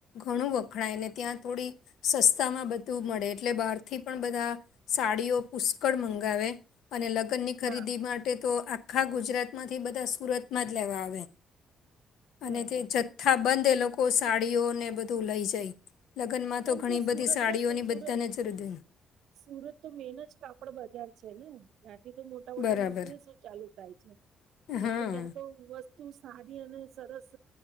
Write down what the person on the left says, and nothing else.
ઘણું વખણાય ને ત્યાં થોડી સસ્તામાં બધું મળે એટલે બહારથી પણ બધા સાડીઓ પુષ્કળ મંગાવે અને લગ્ન ની ખરીદી
માટે તો આ આખા ગુજરાતમાંથી બધા સુરતમાં જ લેવા આવે
અને તે
જ જથ્થાબંધ એ લોકો સાડીઓને બધું લઈ જાય. લગ્નમાં
તો ઘણી
બધી સાડીઓની
બધાને જ રજૂ
બરાબર
હા